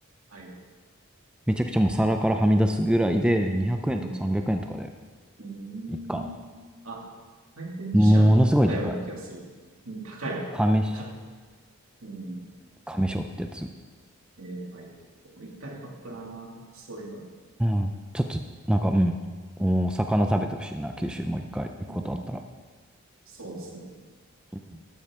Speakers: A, on the right; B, in the centre.
A: はい。
B: めちゃくちゃもう皿からはみ出すぐらいで、200円とか300円とかで、
A: うん。うーん。
B: 一貫。
A: あ、回転寿司あったような気がする。
B: ものすごいでかい。
A: うん、高い。
B: 亀し。
A: 高い。うん。
B: 亀章ってやつ。
A: ええはい。でも行ったらよかったな、そういうの。
B: うん。ちょっと、なんか、うん。お魚食べてほしいな、
A: うん。
B: 九州もう一回行くことあったら。
A: うん。そうですね。
B: うん